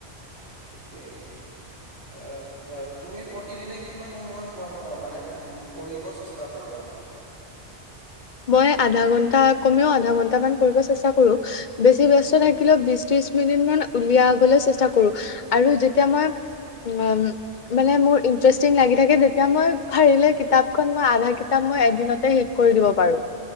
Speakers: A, on the right (about 85°); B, on the left (about 50°).
A: ঠিকেই। <unintelligible> তুমি প্ৰতিদিনে কিমান সময় পঢ়া মানে পঢ়িব চেষ্টা কৰা?
B: মই আধা ঘন্টা কমেও আধা ঘন্টামান পঢ়িব চেষ্টা কৰো। বেছি ব্যস্ত থাকিলেও বিছ ত্ৰিছ মিনিট মান উলিয়াবলৈ চেষ্টা কৰো আৰু যেতিয়া মই <unintelligible> মানে মোৰ ইণ্টাৰেষ্টিং লাগি থাকে যেতিয়া মই ভাবিলে কিতাপ খন আধা কিতাপ মই একদিনতে শেষ কৰি দিব পাৰো।